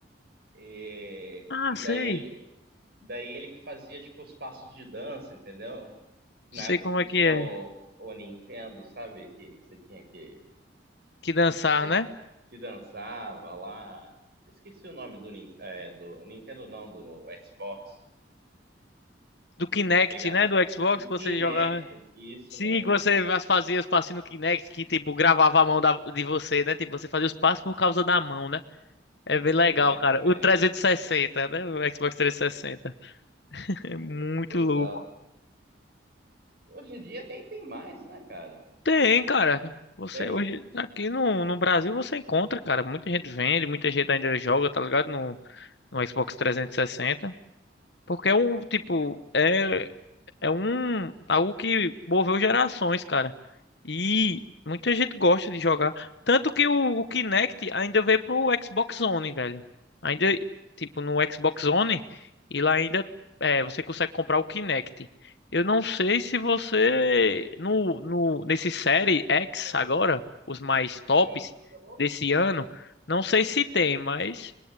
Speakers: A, on the right (about 55°); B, on the left (about 65°).
A: e,
B: Ah,
A: e
B: sei.
A: daí ele, daí ele que fazia tipo os passos de dança, entendeu? Na
B: Sei
A: época
B: como
A: que
B: é
A: tinha
B: que é.
A: o, o Nintendo, sabe? Que, que você tinha que
B: Que dançar,
A: Você
B: né?
A: que dançava lá. Esqueci o nome do, Nin- é, do Nintendo, não, do Xbox.
B: Do Kinect,
A: Pegar
B: né? Do Xbox que você
A: Kinect,
B: jogava.
A: isso
B: Sim,
A: mesmo.
B: que você as- fazia os passos no Kinect, que tipo, gravava a mão da- de você, né? Tipo, você fazia os passos por causa da mão, né? É bem legal,
A: Exatamente.
B: cara. O 360, né? O Xbox 360. <laughs> É muito
A: Exato.
B: louco.
A: Hoje em dia nem tem mais, né, cara?
B: Tem, cara. Você
A: Tem?
B: hoje, aqui no, no Brasil, você encontra, cara. Muita gente vende, muita gente ainda joga, tá ligado? No, no Xbox 360. Porque é um, tipo, é, é um algo que moveu gerações, cara. E muita gente gosta de jogar. Tanto que o, o Kinect ainda veio pro Xbox One, velho. Ainda, tipo, no Xbox One, e lá ainda é, você consegue comprar o Kinect. Eu não sei se você no,
A: Eu,
B: no nesse série X
A: chamou,
B: agora,
A: velho?
B: os mais tops
A: Aham. Você me chamou?
B: desse ano, não sei se tem, mas